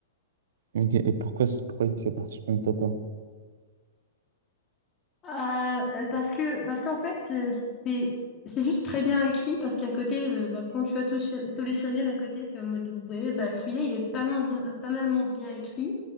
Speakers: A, on the right; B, on the left.
A: ok, et pourquoi, c'est- pourquoi il fait partie de ton top 1?
B: Euh, euh, parce que, parce qu'en fait, euh, c'est, c'est juste très bien écrit, parce qu'à côté, euh, bah, quand tu as tout, tout les shonen à côté, t'es en mode, ouais, bah, celui-là, il est pas mal bien, pas mal bien écrit.